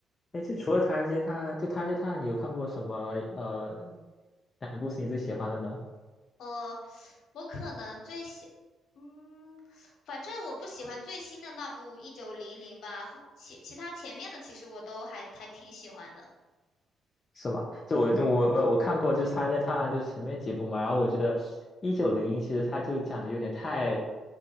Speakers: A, on the left (about 35°); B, on the left (about 70°).
A: 哎，就除了唐人街探案，就唐人街探案，你有看过什么呃哪一部是你最喜欢的呢？
B: 呃，我可能最喜，嗯，反正我不喜欢最新的那部《一九零零》吧，后其其他前面的其实我都还还挺喜欢的。
A: 是吧？就我就我我我看过，就是《唐人街探案》就是前面几部嘛，然后我觉得一九零一其实它就讲的有点太，